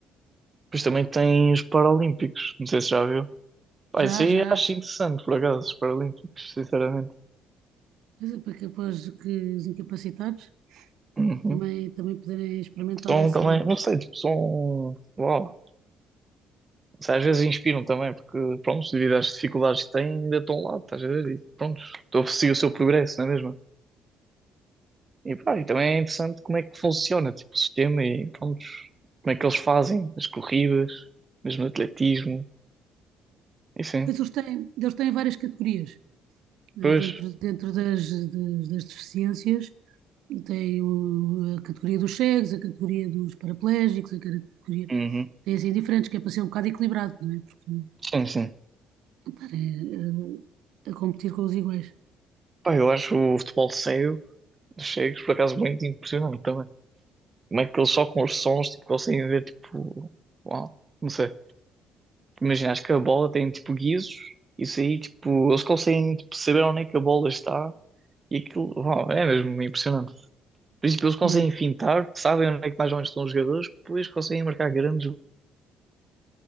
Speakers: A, on the right; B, on the right.
A: Depois também tem os Paralímpicos, não sei se já viu. Pá,
B: Já,
A: isso aí
B: já.
A: acho interessante, por acaso, os Paralímpicos, sinceramente.
B: Pois é, para que, para os que- os incapacitados
A: Uhum.
B: também, também poderem experimentar
A: São
B: essa.
A: também, não sei, tipo, são. Uau. Não sei, às vezes inspiram também, porque, pronto, devido às dificuldades que têm, ainda estão lá, estás a ver? E, pronto, estou a seguir o seu progresso, não é mesmo? E pá, e também é interessante como é que funciona, tipo, o sistema e pronto, como é que eles fazem as corridas, mesmo no atletismo, e sim,
B: Pois eles têm, eles têm várias categorias. eh,
A: pois,
B: dentro, dentro das, das, das deficiências. Tem o- a categoria dos cegos, a categoria dos paraplégicos, a categoria.
A: uhum.
B: Tem assim diferentes, que é para ser um bocado equilibrado, não é? Porque
A: Sim, sim.
B: pá, é, é, a competir com os iguais.
A: Pá, eu acho o futebol cego, dos cegos, por acaso, muito impressionante também. Como é que eles só com os sons, tipo, conseguem ver, tipo, uau, não sei. Imagina, acho que a bola tem, tipo, guizos, isso aí, tipo, eles conseguem, tipo, saber onde é que a bola está, e aquilo, uau, é mesmo impressionante. Por isso, tipo, eles conseguem
B: É,
A: fintar, sabem onde é que mais ou menos estão os jogadores, depois conseguem marcar grandes